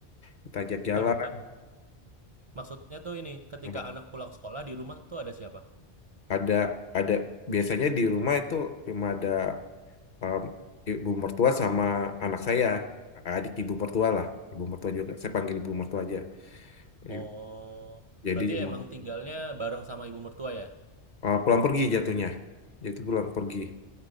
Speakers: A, on the left (about 50°); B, on the right (about 45°).
A: kita ajak
B: Bukan,
A: jalan
B: bukan. Maksudnya tuh ini, ketika
A: Nah,
B: anak pulang sekolah di rumah tuh ada siapa?
A: ada ada biasanya di rumah itu cuma ada em, ibu mertua sama anak saya adik ibu mertua lah ibu mertua juga saya panggil ibu mertua aja
B: Oh,
A: I- jadi
B: berarti
A: em,
B: emang tinggalnya bareng sama ibu mertua ya?
A: eh, pulang pergi jatuhnya jadi pulang pergi